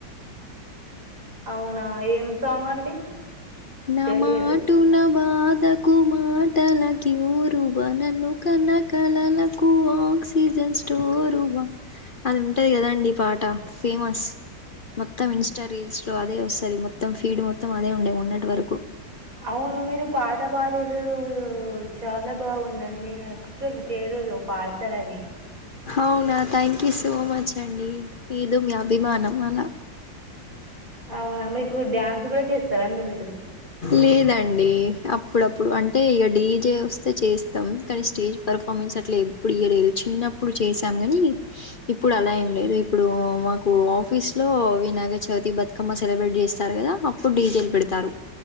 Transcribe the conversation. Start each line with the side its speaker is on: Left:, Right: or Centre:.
Right: <inaudible> అవునా ఏం సాంగ్ అండి
Left: న
Right: తెలియదు
Left: మాటూన బాధకు మాటల క్యూరువ నన్ను కన్న కలలకు ఆ ఆక్సిజన్ స్టోరువ అది ఉంటది కదండి పాట ఫేమస్ మొత్తం ఇంస్టా రీల్స్ లో అదే వస్తది మొత్తం ఫీడ్ మొత్తం అదే ఉండే మొన్నటి వరకు
Right: అవును మీరు పాట పాడిర్రు చాలా బాగుందండి నేను అది ఎక్స్పెక్ట్ చేయలేదు పాడతరని
Left: అవునా థ్యాంక్ యూ సో మచ్ అండి ఏదో మీ అభిమానం అల
Right: అవునా మీకు డ్యాన్స్ కూడా చేస్తారాండి మీరు
Left: లేదండి అప్పుడప్పుడు అంటే ఇక డీజే వస్తే చేస్తాం కానీ స్టేజ్ పెర్ఫామ్ స్ అట్ల ఎప్పుడు ఇయ్యలేదు చిన్నప్పుడు చేసాం కాని ఇప్పుడు అలా ఏం లేదు ఇప్పుడు మాకు ఆఫీస్ లో వినాయకచవితి బతుకమ్మ సెలబ్రేట్ చేస్తారు కదా అప్పుడు డీజేలు పెడతారు